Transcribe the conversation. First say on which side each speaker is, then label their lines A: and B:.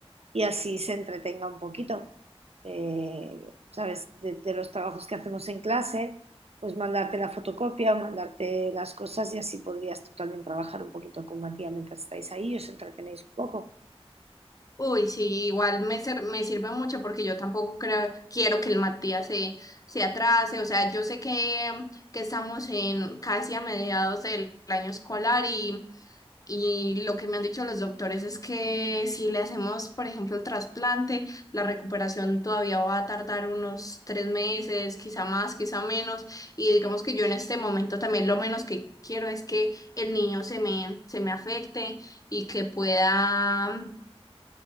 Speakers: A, on the right; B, on the left.
A: y así se entretenga un poquito. Eh, ¿sabes? De, de los trabajos que hacemos en clase, pues mandarte la fotocopia o mandarte las cosas y así podrías tú también trabajar un poquito con Matías mientras estáis ahí y os entretenéis un poco.
B: Uy, sí, igual me, ser- me sirve mucho porque yo tampoco creo, quiero que el Matías se, se atrase. O sea, yo sé que, que estamos en casi a mediados del año escolar y, y lo que me han dicho los doctores es que si le hacemos, por ejemplo, el trasplante, la recuperación todavía va a tardar unos tres meses, quizá más, quizá menos. Y digamos que yo en este momento también lo menos que quiero es que el niño se me, se me afecte y que pueda